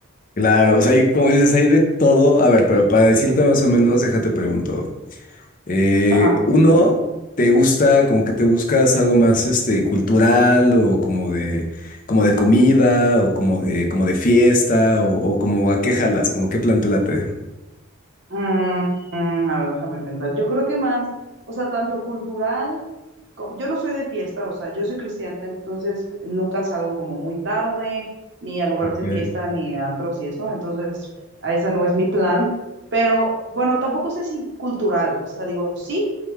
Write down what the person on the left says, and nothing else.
Claro, o sea, hay, como dices, hay de todo. A ver, pero para decirte más o menos, déjate pregunto. Eh,
uno, ¿te gusta, como que te buscas algo más, este, cultural o como de, como de comida o como de, como de fiesta o, o como a qué jalas, como qué plan te late?
Ok,